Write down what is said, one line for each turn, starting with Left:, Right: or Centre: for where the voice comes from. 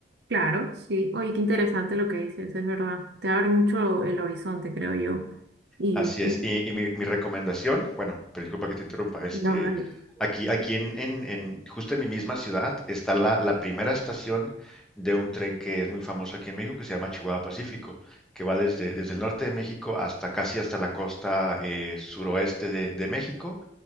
Right: Claro, sí. Oye, qué interesante lo que dices, es verdad. Te abre mucho el horizonte, creo yo. Y
Centre: Así
Right: sí,
Centre: es. Y, y mi, mi recomendación, bueno, pero disculpa que te interrumpa, este,
Right: no, dale.
Centre: aquí, aquí en, en- en- justo en mi misma ciudad está la, la primera estación de un tren que es muy famoso aquí en México, que se llama Chihuahua Pacífico, que va desde, desde el norte de México hasta casi hasta la costa eh, suroeste de, de México.